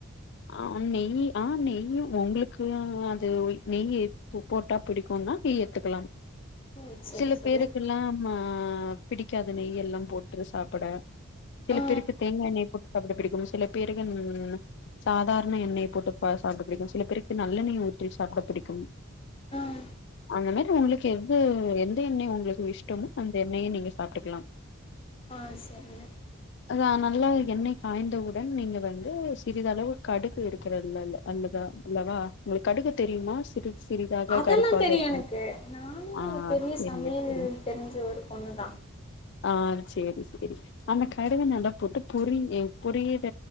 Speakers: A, on the left (about 55°); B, on the left (about 25°).
A: ஆ நெய்யு ஆ நெய்யு உங்ளுக்கு அது நெய் போட்டா பிடிக்குன்னா நெய் எத்துக்கலா
B: ஓ சரி
A: சில
B: சரி
A: பேருக்கெல்லா ம பிடிக்காது நெய்எல்லா போட்டு சாப்புட சில
B: ஆ
A: பேருக்கு தேங்கா எண்ணய போட்டுப் சாப்ட பிடிக்கும் சில பேருக்கு ம் சாதார்ண எண்ணெய போட்டுப் பா சாப்ட பிடிக்கு சில பேருக்கு நல்லண்ணய ஊத்தி சாப்பிட பிடிக்கும்
B: ஆ
A: அந்த மேரி உங்ளுக்கு எது எந்த எந்த எண்ணெ உங்களுக்கு இஷ்டமோ அந்த எண்ணெய நெய்யோ சாப்ட்டுக்கலா
B: ஆ சரிங்க
A: அதா நல்லா எண்ணெய் காய்ந்தவுடன் நீங்க வந்து சிறிதளவு கடுகு எடுக்கிறதுல இல்ல அல்லதா இல்லவா உங்களுக்கு கடுகு தெரியுமா சிறு சிறிதாக
B: அதெல்லா
A: கருப்பாக
B: தெரியு
A: இருக்கும்
B: எனக்கு நானு
A: ஆ
B: ஒரு பெரிய
A: செரிங்க
B: சமையல்
A: செரி
B: தெரிஞ்ச ஒரு பொண்ணுதா
A: ஆ சேரி சேரி அந்த கடுவ நல்லா போட்டு பொரி பொரியுற